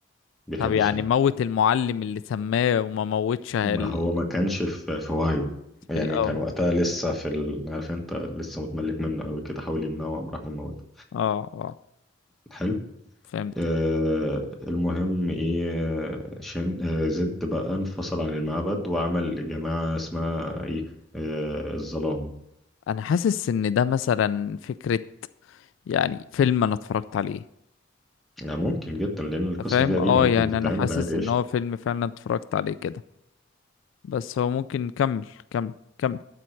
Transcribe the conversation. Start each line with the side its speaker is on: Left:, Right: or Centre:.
Centre: بيحب
Left: طب يعني
Centre: شن
Left: موت المعلم اللي سماه وما موتش ال-
Centre: ما هو ما كانش في في وعيه يعني
Left: في الاول
Centre: كان وقتها لسه في ال... عارف انت لسه متملك منه قوي كده حاول يمنعه وقام راح مموته
Left: اه اه
Centre: حلو
Left: فهمت
Centre: آه المهم ايه آه، شن آه زد بقى انفصل عن المعبد وعمل جماعة اسمها ايه آه الظلام
Left: انا حاسس ان ده مثلا فكرة يعني فيلم انا اتفرجت عليه
Centre: يعني ممكن جدا لان القصص
Left: أنت فاهم
Centre: دي قديمة
Left: اه
Centre: ممكن
Left: يعني
Centre: تتعمل
Left: انا حاسس
Centre: عادي
Left: ان
Centre: قشطة
Left: هو فيلم فعلا اتفرجت عليه كده بس هو ممكن نكمل كمل كمل